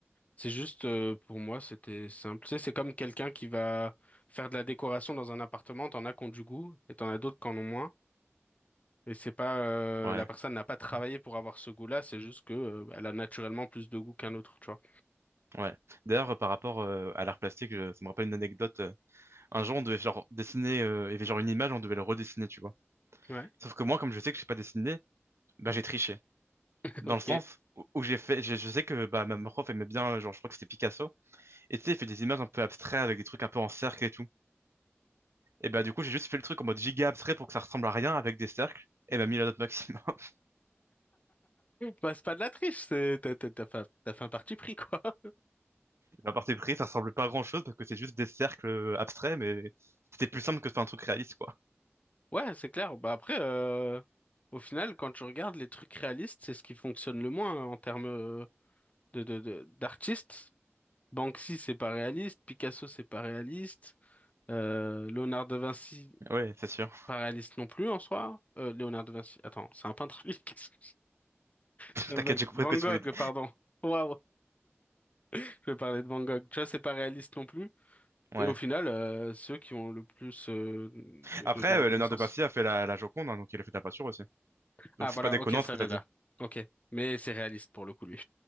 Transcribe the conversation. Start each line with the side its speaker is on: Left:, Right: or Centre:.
Left: C'est juste euh, pour moi, c'était simple. Tu sais, c'est comme quelqu'un qui va faire de la décoration dans un appartement. T'en as qui ont du goût et t'en as d'autres qui en ont moins. Et c'est pas euh,
Right: ouais,
Left: la personne n'a pas travaillé pour avoir ce goût-là, c'est juste que euh, elle a naturellement plus de goût qu'un autre, tu vois.
Right: ouais. D'ailleurs, euh, par rapport euh, à l'art plastique, je- ça me rappelle une anecdote. euh, Un jour, on devait genre dessiner, euh, il y avait genre une image, on devait le redessiner, tu vois.
Left: Ouais,
Right: Sauf que moi, comme je sais que je sais pas dessiner, bah, j'ai triché.
Left: <laughs>
Right: Dans
Left: ok.
Right: le sens où où j'ai fait, j'ai- je sais que bah, ma prof aimait bien, euh, genre, je crois que c'était Picasso. Et tu sais, il fait des images un peu abstraites avec des trucs un peu en cercle et tout. Et bah, du coup, j'ai juste fait le truc en mode giga abstrait pour que ça ressemble à rien avec des cercles. Et bah, mis la note maximum. <laughs>
Left: Bah, c'est pas de la triche, c'est t'as t'as- t'as fait, t'as fait un parti pris, quoi. <laughs>
Right: À part partir pris, ça ressemble pas à grand chose parce que c'est juste des cercles euh, abstraits, mais c'était plus simple que de faire un truc réaliste, quoi.
Left: Ouais, c'est clair. Bah après, euh, au final, quand tu regardes les trucs réalistes, c'est ce qui fonctionne le moins hein, en termes euh, de, de, de- d'artistes. Banksy, c'est pas réaliste. Picasso, c'est pas réaliste. Euh, Léonard de Vinci,
Right: Oui, c'est sûr.
Left: pas réaliste non plus en soi. Euh, Léonard de Vinci, attends, c'est un peintre, lui. <laughs> Qu'est-ce que
Right: <laughs>
Left: j'ai un
Right: T'inquiète,
Left: bug
Right: j'ai compris
Left: Van
Right: ce que tu
Left: Gogh,
Right: voulais dire.
Left: pardon. Waouh, je vais parler de Van Gogh. Tu vois, c'est pas réaliste non plus. Et
Right: Ouais.
Left: au final, euh, ceux qui ont le plus euh, de,
Right: Après,
Left: de, de reconnaissance.
Right: euh, Léonard de Vinci a fait la, la Joconde, hein, donc il a fait de la peinture aussi. Donc
Left: Ah
Right: c'est
Left: voilà,
Right: pas déconnant
Left: ok, ça
Right: ce que
Left: vient
Right: t'as dit.
Left: de là. Ok, mais c'est réaliste pour le coup, lui.